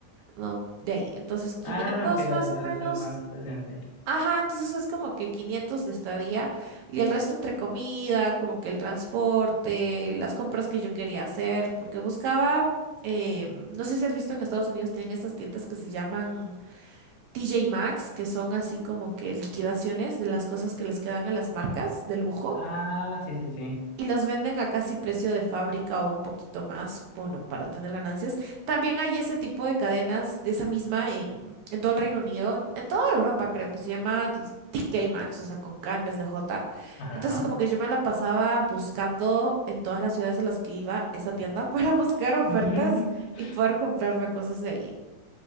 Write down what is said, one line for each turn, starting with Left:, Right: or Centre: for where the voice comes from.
Right: ¿no? De ahí. Entonces, 500
Left: Ah, ok, dale,
Right: más
Left: entonces
Right: o menos.
Left: es más decente.
Right: Ajá, entonces es como que 500 de estadía y el resto entre comida, como que el transporte, las compras que yo quería hacer, porque buscaba, eh, no sé si has visto en Estados Unidos tienen estas tiendas que se llaman TJ Maxx, que son así como que liquidaciones de las cosas que les quedan a las marcas de lujo
Left: Ah, sí, sí, sí.
Right: y los venden a casi precio de fábrica o un poquito más, bueno, para tener ganancias. También hay ese tipo de cadenas de esa misma en, en todo el Reino Unido, en, en toda Europa creo que se llama dis- TK Maxx, o sea, con K en vez de J.
Left: Ajá.
Right: Entonces como que yo me la pasaba buscando en todas las ciudades a las que iba esa tienda <laughs> para buscar ofertas
Left: <laughs>
Right: y poder comprarme cosas de ahí.